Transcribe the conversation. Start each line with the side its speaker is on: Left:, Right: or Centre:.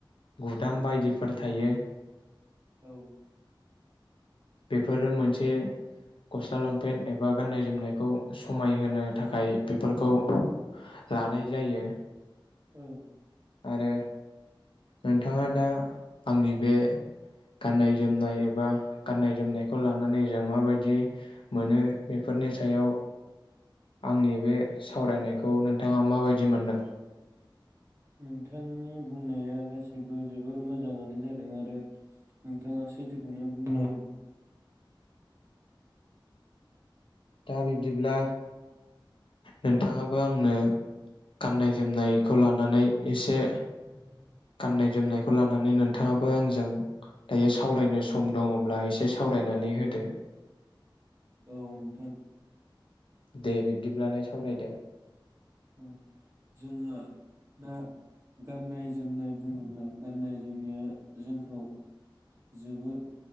Left: गुदाम बायदिफोर थायो।
Right: औ।
Left: बेफोरो मोनसे गस्ला लंपेन्ट एबा गाननाय जोमनायखौ समायहोनो थाखाय बेफोरखौ। लानाय जायो।
Right: औ।
Left: आरो नोंथाङा दा आंनि बे गाननाय जोमनाय एबा। गाननाय जोमनायखौ लानानै जों माबायदि मोनो बेफोरनि सायाव आंनि बे सावरायनायखौ नोंथाङा माबायदि मोनदों।
Right: नोंथांनि बुंनाया गासैबो जोबोर मोजाङानो जादों आरो नोंथाङा सैथोखौनो बुंदों।
Left: दा बिब्दिब्ला। नोंथाङाबो आंनो गाननाय जोमनायखौ लानानै एसे।
Right: <unintelligible>
Left: गाननाय जोमनायखौ लानानै नोंथाङाबो आंजों दायो सावरायनो सम दङब्ला एसे सावरायनानै होदो।
Right: औ नोंथां।
Left: दे बिब्दिब्लालाय सावरायदो।
Right: औ जोंहा दा गाननाय जोमनाय बुङोब्ला गाननाय जोमनाया जोंखौ जोबोर